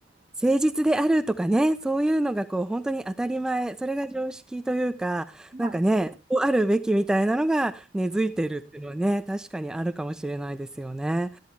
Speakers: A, in the centre; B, on the right.
A: 誠実であるとかね、そういうのがこう本当に当たり前、それが常識というか、
B: いはい
A: なんかね、こうあるべきみたいなのが根付いてるっていうのはね、確かにあるかもしれないですよね。